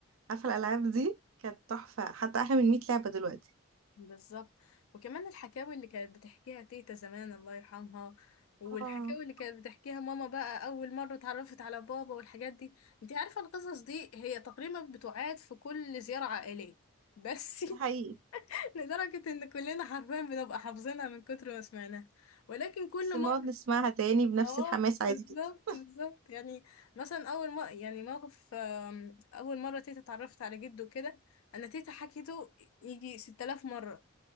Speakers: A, on the right; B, on the left.
A: عارفة الالعاب دي كانت تحفة حتى احلى من 100 لعبة دلوقتي
B: بالظبط وكمان الحكاوي اللي كانت بتحكيها تيتا زمان الله يرحمها والحكاوي
A: اه
B: اللي كانت بتحكيها ماما بقى أول مرة اتعرفت على بابا والحاجات دي انت عارفة القصص دي هي تقريبا بتعاد في كل زيارة عائلية بس
A: ده حقيقي
B: <laughs> لدرجة ان كلنا حرفيا بنبقى حافظينها من كتر ما سمعناها ولكن كل
A: بس بنقعد
B: مرة
A: نسمعها تاني بنفس
B: اه
A: الحماس عادي
B: بالظبط
A: جدا
B: بالظبط يعني مثلا اول ما يعني موقف آم، اول مره تيتا اتعرفت على جده كده انا تيتا حكيته يجي 6000 مره